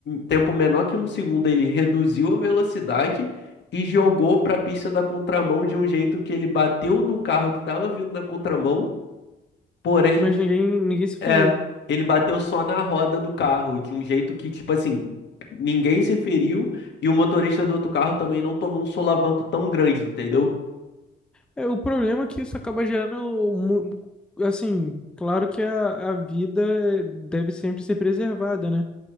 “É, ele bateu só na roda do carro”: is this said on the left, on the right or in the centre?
Left